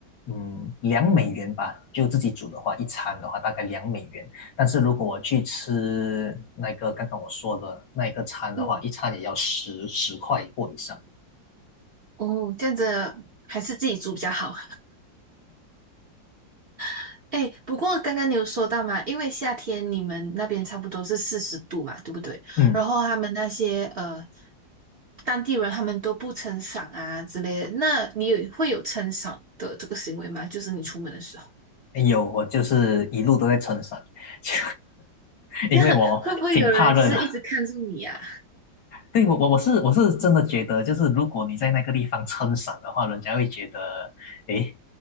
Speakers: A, on the left; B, on the right.
A: 嗯两美元吧，就自己煮的话，一餐的话大概两美元。但是如果我去吃那个刚刚我说的那一个餐的话，
B: 嗯，
A: 一餐也要十十块或以上。
B: 哦，这样子还是自己煮比较好。<laughs> 哎，不过刚刚你有说到嘛，因为夏天你们那边差不多是四十度嘛，对不对？
A: 嗯。
B: 然后他们那些呃当地人他们都不撑伞啊之类的，那你有会有撑伞的这个行为吗？就是你出门的时候。
A: 有，我就是一路都在撑伞，<laughs> 就因为我挺怕热的。
B: <laughs> 会不会有人就是一直看着你啊？
A: 对，我我我是我是真的觉得，就是如果你在那个地方撑伞的话，人家会觉得，诶，